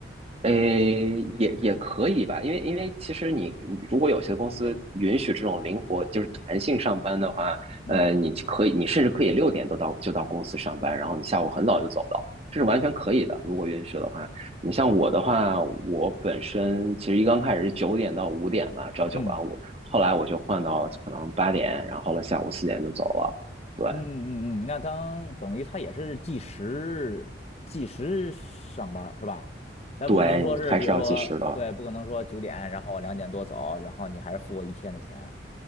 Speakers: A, on the right (about 35°); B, on the left (about 35°).
A: 诶，也也可以吧，因为因为其实你你如果有些公司允许这种灵活就是弹性上班的话，
B: 嗯
A: 呃，你可以你甚至可以六点都到就到公司上班，然后你下午很早就走的，这是完全可以的。如果允许的话，你像我的话，我本身其实一刚开始是九点到五点吧，朝九晚五，
B: 嗯
A: 后来我就换到可能八点，然后了下午四点就走了。对
B: 嗯嗯嗯，嗯，那当等于他也是计时计时上班儿是吧？那不可能说是，
A: 对，还是要计时的。
B: 比如说对，不可能说九点，然后我两点多走，然后你还是付我一天的钱。